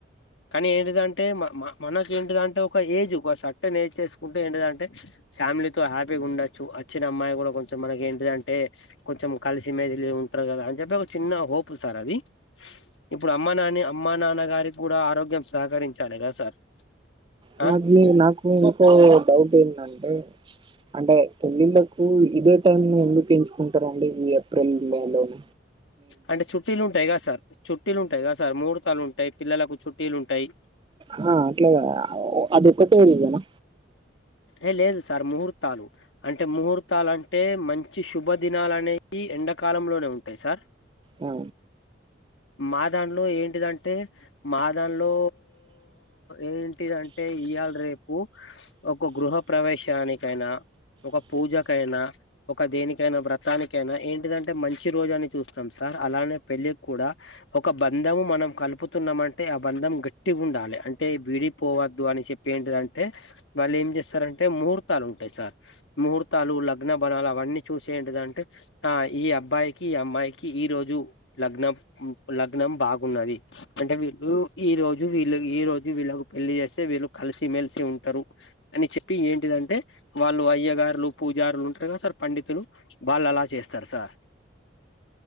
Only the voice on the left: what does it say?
కానీ ఏంటిదంటే మ మ మనకేంటిదంటే ఒక ఏజ్ ఒక సర్టైన్ ఏజ్ చేసుకుంటే ఏంటిదంటే ఫ్యామిలీతో హ్యాపీగా ఉండొచ్చు వచ్చిన అమ్మాయి కూడా కొంచెం మనకేంటిదంటే కొంచెం కలిసి మెసిలి ఉంటారు కదా అని చెప్పి ఒక చిన్న హోప్ సార్ అది ఇప్పుడు అమ్మ నాని అమ్మ నాన్నగారి కూడ ఆరోగ్ కొంచం సహకరించాలి కదా సార్
ఆ
అంటే చుట్టీలు ఉంటాయి కదా సార్ చుట్టీలు ఉంటాయి క సార్ మూడు తాలుంటయి పిల్లలకు చుట్టిలుంటాయి.
ఏ లేదు సార్ ముహూర్ తాలు అంటే ముహూర్తాలు అంటే మంచి శుభ దినాలు అనేవి ఎండాకాలంలోనే ఉంటాయి సార్
మా దాంట్లో ఏంటిదన్ తే మా దానిలో ఏంటిదంటే ఇయ్యాల్ రేపు ఒక గృహ ప్రవేశానికైనా ఒక పూజకైనా, ఒక దేనికైనా వ్రతానికైనా ఏంటిదంటే మంచి రోజని చూస్తాం సార్. అలానే పెళ్ళికి కూడ ఒక బంధం మనం కలుపుతున్నామంటే ఆ బంధం గట్టిగుండా లి అంటే విడిపోవద్దు అని చెప్పి ఏంటిదంటె, వాళ్ళు ఏం చేస్తారంటే ముహూర్తాలుంటాయి సార్. ముహూర్తాలు లగ్ గ్న బనాలు అవన్నీ చూసి ఏంటిదంటే ఆ ఈ అబ్బాయికి ఈ అమ్మాయికి ఈ రోజు లగ్నం లగ్నం బాగున్నది. అంటే వీళ్ళు ఈ రోజు వీళ్ళు, ఈ రోజు వీళ్ళకి పెళ్లి చేస్తే వీళ్ళు కలిసి మెలిసి ఉంటారు. అని చెప్పి ఏంటిదంటే వాళ్ళు అయ్యగారులు పూజారులు ఉంటారు కదా సార్ పండితులు వాళ్ అలా చేస్తారు సార్.